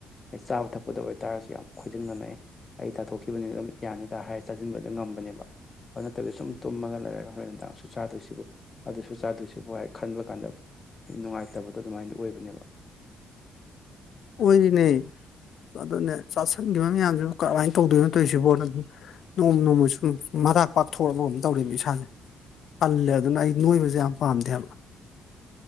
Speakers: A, on the left; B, on the left.
A: ꯍꯦ ꯆꯥꯕ ꯊꯛꯄꯗ ꯑꯣꯏꯇꯥꯔꯁꯨ ꯌꯥꯝ ꯈꯣꯏꯖꯤꯡꯅꯅꯦ ꯑꯦ ꯑꯩ ꯇꯥꯊꯣꯛꯈꯤꯕꯅꯤ ꯎꯝ ꯌꯥꯅꯤꯗ ꯍꯥꯏ ꯆꯥꯖꯤꯟꯕꯗ ꯉꯝꯕꯅꯦꯕ ꯑꯗꯨ ꯅꯠꯇꯕꯤ ꯁꯨꯝ ꯇꯨꯝꯃꯒ ꯂꯩꯔꯒ ꯍꯣꯔꯦꯟ ꯅꯨꯡꯗꯥꯡ ꯁꯨ ꯆꯥꯗꯣꯏꯁꯤꯕꯨ ꯑꯗꯨꯁꯨ ꯆꯥꯗꯣꯏꯁꯤꯕꯨ ꯍꯥꯏ ꯈꯟꯕ ꯀꯥꯟꯗ ꯅꯨꯡꯉꯥꯏꯇꯕꯗꯣ ꯑꯗꯨꯃꯥꯏꯟ ꯑꯣꯏꯕꯅꯦꯕ
B: ꯑꯣꯏꯔꯤꯅꯦ ꯑꯗꯨꯅꯦ ꯆꯥꯥꯁꯟꯒꯤꯕ ꯃꯌꯥꯝꯖꯤꯕꯨ ꯀꯔꯝꯃꯥꯏꯟ ꯇꯧꯗꯣꯏꯅꯣ ꯇꯣꯏꯁꯤꯕꯣꯅ ꯑꯗꯨꯝ ꯅꯣꯡꯃ ꯅꯣꯡꯃꯩ ꯁꯨꯝ ꯃꯔꯥꯛ ꯄꯥꯛꯊꯣꯔꯛꯑꯕ ꯀꯝ ꯇꯧꯔꯦꯃꯤ ꯏꯁꯥꯖꯦ ꯇꯜꯂꯦ ꯑꯗꯨꯅ ꯑꯩ ꯅꯣꯏꯕꯖꯦ ꯌꯥꯝ ꯄꯥꯝꯗꯦ ꯍꯥꯕ